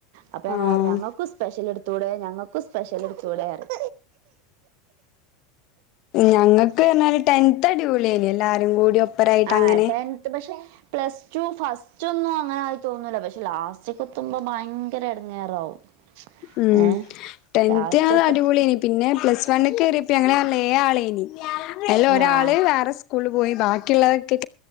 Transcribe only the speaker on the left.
ആഹ്
ഞങ്ങക്ക്ർഞ്ഞാല് ടെൻത്ത് അടിപൊളിയെനി എല്ലാരും കൂടി ഒപ്പരായിട്ട്
അങ്ങനെ
ഉം
ടെൻത്
ഞങ്ങക്ക്‌
അടി പൊളി ഏനി പിന്നെ പ്ലസ് വൺക്കെറിയപ്പം ഞങ്ങ ഏഴാളെനി അയ്ൽ ഒരാള്
വേറെ സ്കൂള് പോയി ബാക്കിള്ളവർക്ക്